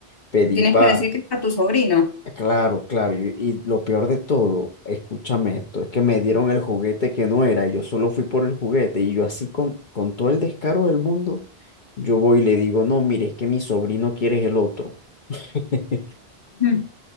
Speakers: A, on the left; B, on the left.
A: Pedí
B: Tienes
A: para...
B: que decir que es para tu sobrino.
A: Claro, claro. Y, y lo peor de todo, escúchame esto, es que me dieron el juguete que no era, y yo solo fui por el juguete y yo así con, con todo el descaro del mundo, yo voy y le digo, no, mire, es que mi sobrino quiere el otro. <laughs>
B: Ujú.